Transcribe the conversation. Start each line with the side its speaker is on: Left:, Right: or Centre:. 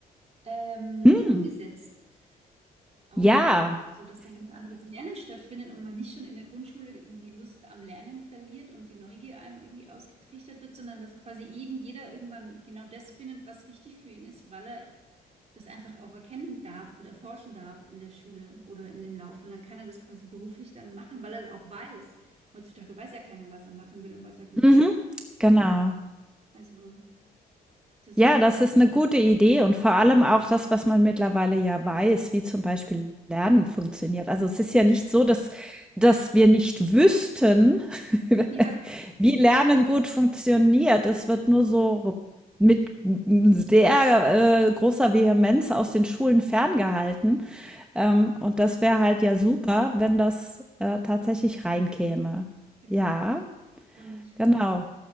Right: ähm,
Centre: Hm,
Right: umgesetzt. auch,
Centre: ja.
Right: so dass dann ein anderes Lernen stattfindet und man nicht schon in der Grundschule irgendwie die Lust am Lernen verliert und die Neugier einem irgendwie ausgetrichtert wird, sondern dass quasi eben jeder irgendwann genau das findet, was richtig für ihn ist, weil er das einfach auch erkennen darf und erforschen darf in der Schule oder in dem Lauf. Und dann kann er das quasi beruflich dann machen, weil er auch weiß. Heutzutage weiß ja keiner, was er machen will und was er gut.
Centre: Mhm, genau.
Right: Also, das
Centre: Ja,
Right: ist.
Centre: das ist
Right: Hm.
Centre: eine gute Idee und vor allem auch das, was man mittlerweile ja weiß, wie zum Beispiel Lernen funktioniert. Also, es ist
Right: <laughs>
Centre: ja nicht so, dass dass wir nicht wüssten, <laughs>
Right: Ja,
Centre: wie Lernen gut funktioniert. Es wird nur so mit sehr, äh, großer Vehemenz aus den Schulen ferngehalten, ähm, und das wäre halt ja super, wenn das, äh, tatsächlich reinkäme.
Right: genau.
Centre: Ja,
Right: Und
Centre: genau.